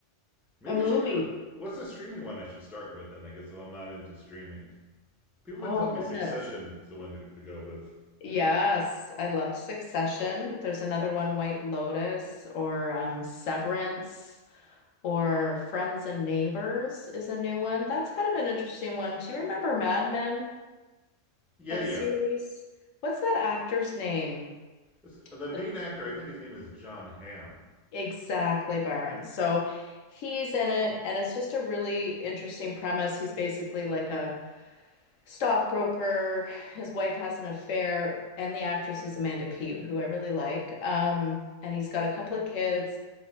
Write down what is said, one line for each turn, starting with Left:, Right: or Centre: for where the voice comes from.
Centre: Maybe
Left: a movie.
Centre: I should get a. What's the streaming one I should start with then? I guess if I'm not into streaming. People
Left: Oh,
Centre: have been telling
Left: goodness.
Centre: me Succession is the one to, to go with.
Left: Yes, I loved Succession. There's another one, White Lotus, or um, Severance, or Friends and Neighbors is a new one. That's kind of an interesting one. Do you remember Mad Men,
Centre: Yeah,
Left: that
Centre: yeah.
Left: series? What's that actor's name?
Centre: This, the main
Left: The
Centre: actor, I think his name is John Hamm.
Left: exactly Byron. So he's in it, and it's just a really interesting premise. He's basically like a stockbroker. His wife has an affair, and the actress is Amanda Peet, who I really like. Um, and he's got a couple of kids,